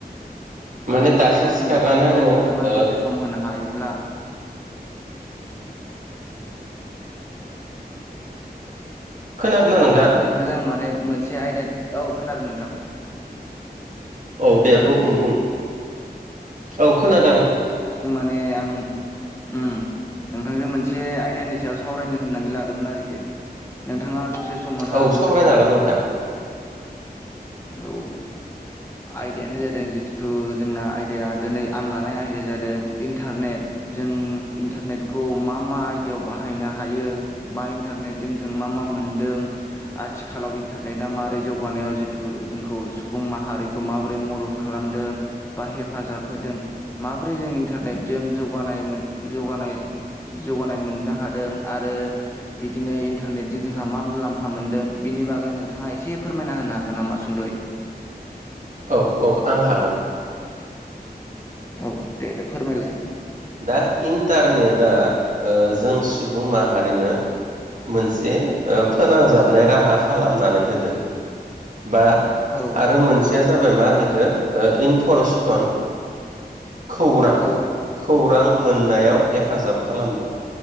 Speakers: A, on the left; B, on the right.
A: माने-माने
B: माने दासो
A: आं
B: सिखारनानै
A: नोंथांजोंहाय
B: आङो
A: नोंथाङा
B: ओ
A: दसे सम होनो हायोब्ला
B: खोनादों ना नोंथां?
A: नोंथांजों आं माने मोनसे आयदा औ खोनादों नोंथां
B: औ दे
A: खोनादों
B: बुं बुं औ खोनादों आङो।
A: माने आं ओम नोंथांजों मोनसे आयदानि सायाव सावरायनो होननानै लादोंमोन आरोखि। नोंथाङा दसे सम होनो
B: औ
A: हागोन
B: सावरायनो
A: ना?
B: हागोन नोंथां
A: औ आयदायानो जादों जिथु जोंना आयदाया दिनै आं लानाय आयदाया जादों इन्टारनेट। जों इन्टारनेटखौ मा- मा आयदायाव बाहायनो हायो बा इन्टारनेटजों जों मा -मा मा मोनदों आथिखालाव इन्टारनेटआ मारै जौगानायाव जितु जोंखौ सुबुं माहारिखौ माबोरै मदद खालामदों बा हेफाजाब होदों माब्रै जों इन्टारनेटजों जौगानाय -जौगानाय- जौगानाय मोननो हादों आरो बिदिनो इन्टारनेटजों जोंहा मा मुलाम्फा मोनदों। बिनि बागै नोंथाङा एसे फोरमायना होनो हागोन नामा सुंदयै?
B: औ औ आं हागोन।
A: औ दे दे फोरमायलाय।
B: दा इन्टारनेटआ ओ जों सुबुं माहारिनो मोनसे ओ फोनांजाबनाय
A: औ
B: राहा खालामनानै होदों बा
A: औ
B: आरो मोनसे जाबाय मा होनोखौ इनफरमेसन खौरां
A: औ
B: खौरां मोननायाव हेफाजाब खालामदों।